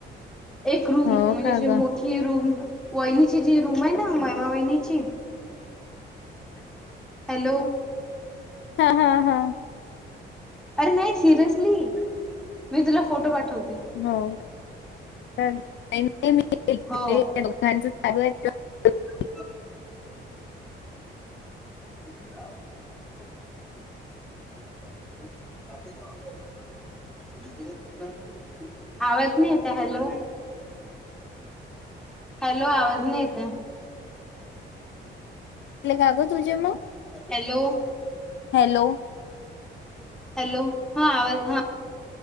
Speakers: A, in the centre; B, on the left.
A: एक रूम
B: हो
A: म्हणजेशी
B: का ग
A: मोठी रूम वहिनीची जी रूम आहे ना..... महिमा वहिनीची हॅलो...
B: हा हा हा.....
A: अरे नाही सिरियसली, मी तुला फोटो पाठवतो.
B: हो. <unintelligible>
A: हो <inaudible> <inaudible> ह. <unintelligible> आवाज नाही यता हॅलो. हॅलो आवाज नाही येतय.
B: <unintelligible> कागो तुझे मग
A: हॅलो
B: हॅलो.
A: हॅलो हा आवाज हा.